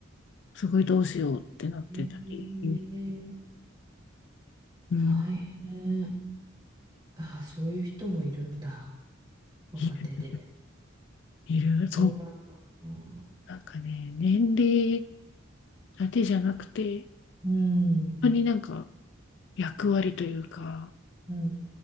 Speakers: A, on the left (about 60°); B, on the right (about 25°).
A: う、すごいどうしようってなってたり、
B: ええ
A: うん、
B: 大変。ああ、そういう人もいるんだ。若手で。
A: いる、いる、そう。
B: 今、うん、
A: なんかね、年齢だけじゃなくて、
B: うん、
A: 本当になんか役割というか、
B: うん、う